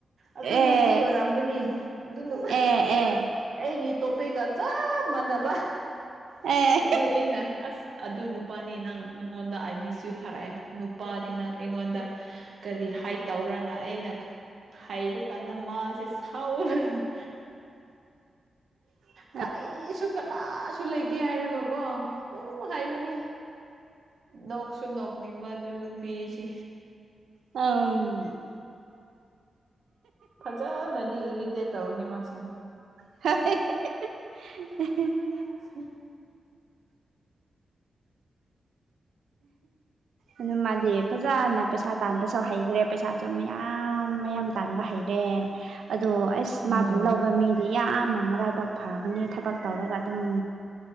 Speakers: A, on the right (about 55°); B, on the right (about 85°).
A: ꯑꯗꯨ
B: ꯑꯦ
A: ꯅꯨꯄꯤ ꯑꯣꯏ ꯔꯝꯒꯅꯤ ꯑꯗꯨ
B: ꯑꯦ ꯑꯦ
A: ꯑꯩꯒꯤ ꯇꯣꯄꯤꯒ ꯆꯞ ꯃꯥꯟꯅꯕ
B: ꯑꯦ
A: ꯑꯗꯨ ꯑꯩꯅ ꯑꯁ ꯑꯗꯨ ꯅꯨꯄꯥꯅꯤ ꯅꯪ ꯅꯪꯉꯣꯟꯗ ꯑꯥꯏ ꯃꯤꯁ ꯌꯨ ꯊꯥꯔꯛꯑꯦ ꯅꯨꯄꯥꯅꯤ ꯅꯪ ꯑꯩꯉꯣꯟꯗ ꯀꯔꯤ ꯍꯥꯏꯠ ꯇꯧꯔꯅ ꯑꯩꯅ ꯍꯥꯏꯕ ꯀꯥꯟꯗ ꯃꯥꯁꯦ ꯁꯥꯎꯔꯒ
B: <unintelligible>
A: ꯀꯔꯤꯁꯨ ꯀꯅꯥꯁꯨ ꯂꯩꯇꯦ ꯍꯥꯏꯔꯒ ꯀꯣ ꯑꯗꯨꯝ ꯍꯥꯏꯕꯅꯤ ꯅꯣꯛꯁꯨ ꯅꯣꯛꯅꯤꯡꯕ ꯑꯗꯨ ꯅꯨꯄꯤꯁꯤ
B: ꯑꯝ
A: ꯐꯖ ꯅꯗꯤ ꯏꯔꯤꯇ‌ꯦꯠ ꯇꯧꯏꯅꯦ ꯃꯥꯁ‌ꯦ
B: <unintelligible> <unintelligible>
A: <unintelligible>
B: ꯑꯗꯨ ꯃꯥꯗꯤ ꯐꯖꯅ ꯄꯩꯁꯥ ꯇꯥꯟꯕꯁꯨ ꯍꯩꯈ꯭ꯔꯦ ꯄꯩꯁꯥꯁꯨ ꯃꯌꯥꯝ ꯃꯌꯥꯝ ꯇꯥꯟꯕ ꯍꯩꯔꯦ ꯑꯗꯣ ꯑꯁ ꯃꯥꯕꯨ
A: ꯎꯝ
B: ꯂꯧꯕ ꯃꯤ ꯃꯌꯥꯝ ꯑꯃ ꯃꯔꯥꯏꯕꯛ ꯐꯒꯅꯤ ꯊꯕꯛ ꯇꯧꯔꯒ ꯑꯗꯨꯝ